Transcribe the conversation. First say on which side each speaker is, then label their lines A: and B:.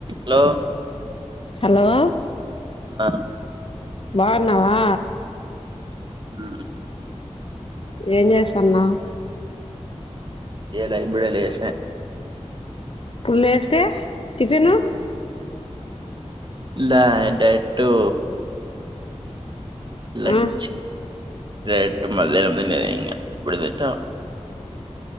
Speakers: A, on the right; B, on the left.
A: Hello
B: hello
A: ఆ
B: బాన్నావా
A: ఉ
B: ఏం చేస్తన్నావ్
A: ఏలే ఇభుడే లేష
B: ఫలేస్తే టిఫెను
A: ల డేట్టు లంచ్
B: ఆ
A: లేదంటే మళ్లీ ఏమైనా ఇంగా ఎప్పుడుందింట ఆ